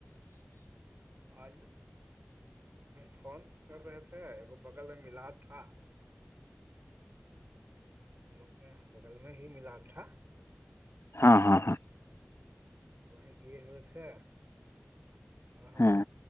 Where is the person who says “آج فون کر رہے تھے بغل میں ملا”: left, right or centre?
Right